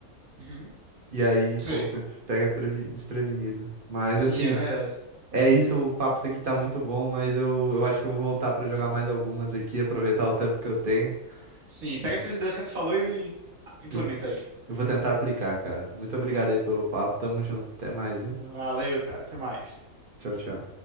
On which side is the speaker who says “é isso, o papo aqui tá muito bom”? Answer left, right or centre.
Right